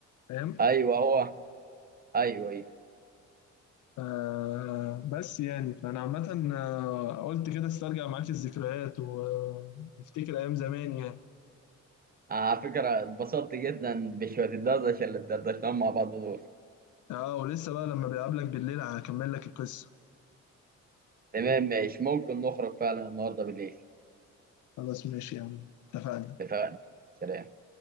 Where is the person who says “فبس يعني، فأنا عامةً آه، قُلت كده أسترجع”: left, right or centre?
Left